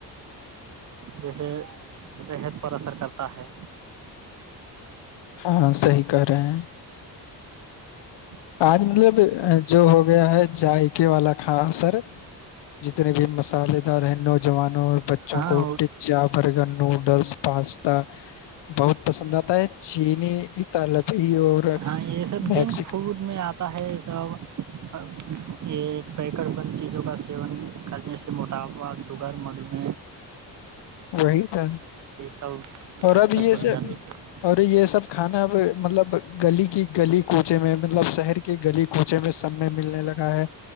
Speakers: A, on the right (about 45°); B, on the left (about 75°).
A: جیسے صحت پر اثر کرتا تا ہے
B: ہاں صحیح کہہ رہے ہیں
A: ج
B: آج مطلب جو ہو گیا ہے جذائقے والا کھا سر جتنے بھی مسالے دار ہیں نوجوانوں اور بچوں
A: ہاں
B: کو
A: اور
B: پزا برگر نوڈلس پاستا بہت پسند آتا ہے چینیطالبی اور
A: ہاں یہ سب
B: میک
A: جنک فوڈ میں آتا ہے یہ سب یہ پیک چکر بند چیزوں کا سیون کرنے سے موٹاپا شوگر مدوم
B: وہی تھا
A: سب
B: اور
A: اکثر
B: اب یہ
A: بڑھ
B: س
A: جاتی ہیں
B: اور یہ سب کھانا اب مطلب گلی کی گلی کوچ میں مطلب شہر کی گلی کوچے میں سب میں ملنے لگا ہے